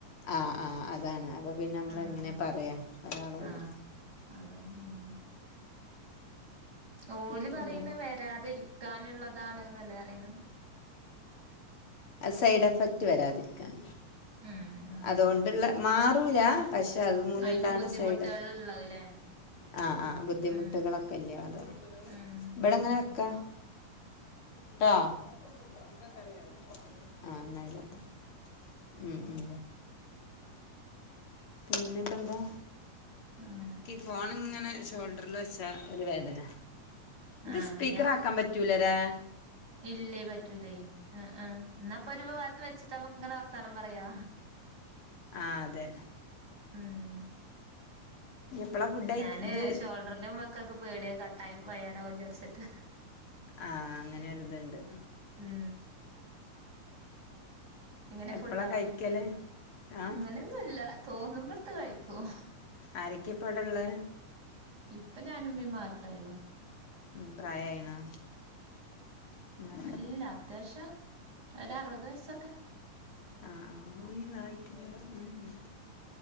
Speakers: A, on the left (about 40°); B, on the right (about 30°).
A: ആ ആ അതാണ് അപ്പോ പിന്നെ മ്മളെങ്ങനെ
B: ആഹ്
A: പറയാ ഒരാളോട്
B: ആഹ് അതാണ് ഉം ഓല്
A: പിന്നെ
B: പറിണ് വരാതിെരിക്കാനുള്ളതാണ് ന്നല്ലേ പറിണേ
A: അഹ് സൈഡ് എഫക്റ്റ് വരാതിരിക്കാൻ
B: <inaudible> അങ്ങനെല്ലേ
A: അതൊണ്ടുള്ള മാറൂല പക്ഷെ അത് മുലണ്ടാണ
B: അയിന് ബുദ്ധിമുട്ടുകൾ
A: സൈഡ്എഫക്
B: ഉണ്ടാവുല്ലേ
A: ആ ആ ബുദ്ധിമുട്ടുകളൊക്കെ
B: ഉം
A: ഇല്യെ അത്
B: ഉം
A: ബടെങ്ങനെ
B: ആഹ്
A: വെക്കാ ട്ടോ <unintelligible> ആ ന്നയികോട്ടെ ഉം ഉം പിന്നെ പ്പന്താ
B: അങ്ങനെ
A: ഫോണിങ്ങനെ ഷോൾഡറിൽ വെച്ചാ ഒരു വേധന
B: ആഹ്
A: ത് സ്പീക്കർ ആക്കാൻ പറ്റൂല ലേ
B: ഇല്യേയ് പറ്റൂലേയ് ആ ന്നപ്പൊ ഒരു ഭാഗത്ത് വെച്ചിട്ട് നമക്ക് ഇങ്ങനെ വ ത്താനം പറയാ
A: ആ അതെ
B: ഉം
A: എപ്പളാ ഫുഡ് കഴിക്ക
B: ഞാന്
A: ഇത്
B: ഷോൾഡറിലും വെക്കാക്ക് പേടിയ കട്ടായി പോയാലോ വിചാര്ച്ചിട്ട്
A: ആ അങ്ങനൊര്ത്ണ്ട്
B: ഉം എങ്ങനെ
A: എപ്പോഴാ
B: ഫുഡാ
A: കഴിക്കല് ആ
B: അങ്ങനെയൊന്നുംല്ല തോന്നുമ്പടുത്തു കഴിക്കും.
A: ആരൊക്കെ ഇപ്പവ്ടള്ള്
B: ഇപ്പ ഞാനും ഉമ്മിം മാത്രേ ഉള്ളൂ.
A: ഉം, പ്രായായിണോ? ന്നാ
B: അല്ല അത്യാവശ്യം ഒരു അറുപത് വയസ്സൊക്കെ
A: ആഹ് ആഹ് <unintelligible>